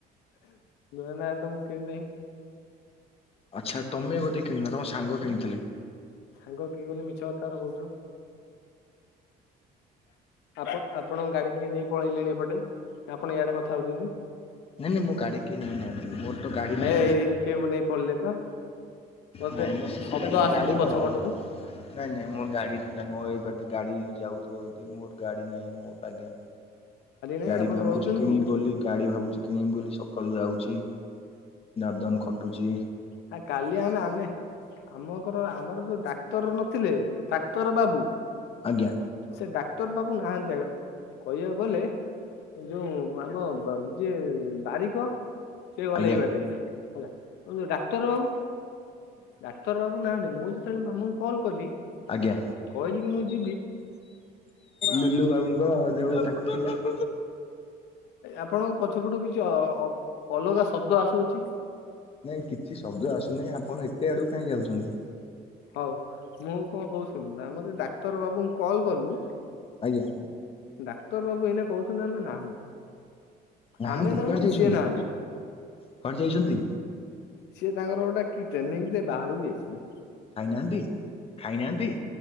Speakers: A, on the left; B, on the left.
A: ଗ ନା ତ ମୁଁ କିଣି ନାଇଁ।
B: ଆଚ୍ଛା ତମେ ବୋଧେ କିଣିିନ ତମ ସାଙ୍ଗ କିଣିଥିଲେ।
A: ସାଙ୍ଗ କିଏ କହିଲେ ମିଛ କଥାଗୁରା କହୁଚ। ଆପ ଆପଣଙ୍କ ଗାଡି କିଏ ନେଇ ପଳେଇଲେଣି ଏପଟେ ଆପଣ ଇଆଡେ କଥା ହଉଛନ୍ତି।
B: ନାଇଁ ନାଇଁ ମୋ ଗାଡି କିଏ ନେଇନାହାନ୍ତି
A: ଆଜ୍ା
B: ମୋର ତ ଗାଡି ନାହିଁ
A: ଏଏ ନେଇ ପଳେଇଲେ ପା। ମତେ
B: ନାଇଁ ମୋ ସେଟା
A: ଶବ୍ଦ
B: ମୋର
A: ଆସୁଛି
B: ଗାଡ଼ି ନୁହଁ
A: ପଛ ପଟରୁ
B: ମୁ ନାଇଁ ନାଇଁ ମୋର ଗାଡି ସେଟା ନୁହଁ ଏଇ ବାଟେ ଗାଡି ଯାଉ ମୋର ଗାଡ଼ି ନାହିଁ ମୋ ଆଜ୍ଞା
A: ନାହିଁ
B: ଗାଡି
A: ଆପଣ
B: ଭାବୁଛି
A: ରହୁଛନ୍ତି
B: କିଣିବି
A: କୋଉଠି
B: ବୋଲି ଗାଡି ଭାବୁଛି କିଣିବି ବୋଲି ସ ସକାଳୁ ଯାଉଛି ଦାଦନ ଖଟୁଚି।
A: ଆ କାଲି ଆମେ ଆମେ ଆପଣଙ୍କର ଆମର ଯୋଉ ଡା ଡାକ୍ତର ନଥିଲେ ଡାକ୍ତର ବାବୁ
B: ଆଜ୍ଞା
A: ସେ ଡାକ୍ତର ବାବୁ ନାହାନ୍ତି କହିବାକୁ ଗଲେ ଏ ଯୋଉ ଆମ ବା ଯିଏ ବାରିକ ସେ ଗଲେ
B: ଆଜ୍ଞା
A: ଏଇ ବାଟେ ଏଇନା ଯୋଉ ଡାକ୍ତର ବାବୁ? ଡାକ୍ତର ବାବୁ ନାହାନ୍ତି ମୁଁ ଯେତେବେଳେ ମାମୁଁଙ୍କୁ କଲ କଲି
B: ଆଜ୍ଞା
A: କହିଲି କି ମୁଁ ଯି
B: ଲୁଲୁ ବାବୁଙ୍କ ଯୋଉ ତାଙ୍କ ଥିଲା <inaudible>
A: ଆପଣଙ୍କ ପଛପଟୁ କିଛି ଅ ଅଲଗା ଶବ୍ଦ ଆସୁଅଛି
B: ନାଇଁ କିଛି ଶବ୍ଦ ଆସୁନିଁ ଆପଣ ଆଡକୁ କାହିଁ ଯାଉଛନ୍ତି
A: ହଉ ମୁଁ କଣ କହୁ ଶୁଣନ୍ ଆମ ଡାକ୍ତର ବାବୁଙ୍କୁ କଲ୍ କଲୁ
B: ଆଜ୍ଞା
A: ଡାକ୍ତର ବାବୁ ଏଇନା କହୁଛନ୍ତି ଆମେ ନାହୁଁ।
B: ନାହାନ୍ତି
A: ଆମେ ନାହୁଁ
B: କୁଆଡେ
A: ମାନେ
B: ଯାଇଛନ୍ତି
A: ସିଏ ନାହାନ୍ତି।
B: କୁଆଡେ ଯାଇଛନ୍ତି
A: ସିଏ ତାଙ୍କର ଗୋଟା କି ଟ୍ରେନିଂ ରେ ବାହାରକୁ ଯାଇଚି।
B: ଖାଇନାହାନ୍ତି ଖାଇନାହାନ୍ତି।